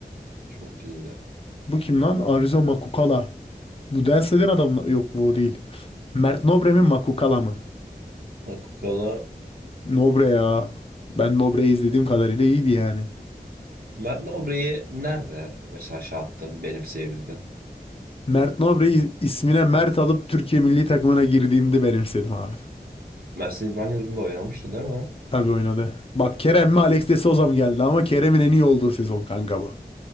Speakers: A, on the right; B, on the left.
A: Çok iyiydi.
B: Bu kim lan? Arıza Makukala. Bu dans eden adam mı? yok bu değil. Mert Nobre mi Makukala mı?
A: Akakalı
B: Nobre ya. Ben Nobre'yi izlediğim kadarıyla iyiydi yani.
A: Mert Nobre'yi nerede mesela şey yaptın, benimseyebildin?
B: Mert Nobre'yi ismine Mert alıp Türkiye milli takımına girdiğinde benimsedim abi.
A: Mersin İdman Yurdu'nda oynamıştı değil mi?
B: Tabii oynadı. Bak Kerem mi Alex de Souza mı geldi ama Kerem'in en iyi olduğu sezon kanka bu.